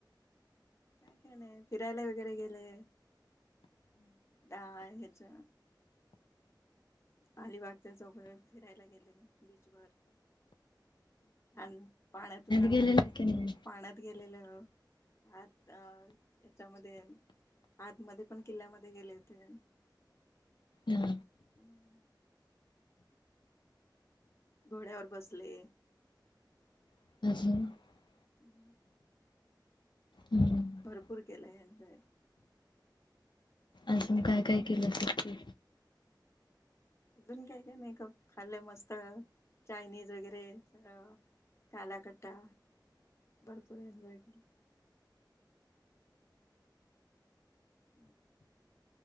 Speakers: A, on the left; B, on the left.
A: काय काय नाही फिरायला वगैरे गेले दा हेच अलिबागच्या चौ फिरायला गेले बीचवर आणि पाण्यात
B: गेलेलं
A: मस्त
B: की नाही
A: पाण्यात गेलेलं आ अ त्याच्यामध्ये आतमध्ये पण किल्ल्यामध्ये गेले होते.
B: हम
A: हम्म घोड्यावर बसले
B: <unintelligible>
A: हम्म
B: हम्म
A: भरपूर केलं एन्जॉय.
B: अजून काय काय केलंसा ते
A: अजून काय काय नाही खप खाल्लं मस्त चायनीज वगैरे सगळं कालाकट्टा भरपूर एन्जॉय केलं. हम्म